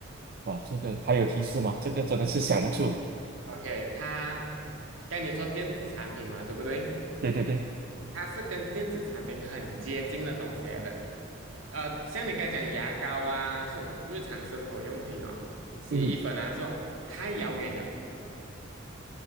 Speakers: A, on the right (about 45°); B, on the right (about 75°).
A: 哇，这个还有提示吗？这个真的是想不出。
B: OK，它刚才你说电子产品嘛，对不对？
A: 对对对，
B: 它是跟电子产品很接近的东西来的。呃，像你刚才讲牙膏啊这种日常生活用品哦，洗衣粉啊这种太遥远了，
A: 嗯，